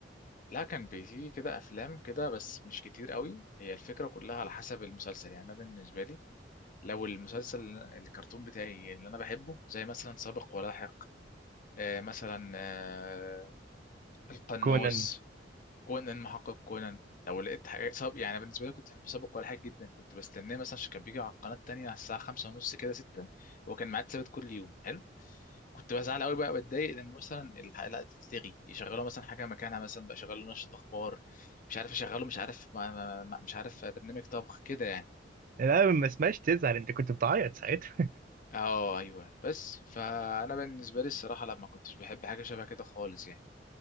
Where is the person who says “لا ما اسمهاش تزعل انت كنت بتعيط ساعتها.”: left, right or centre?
Right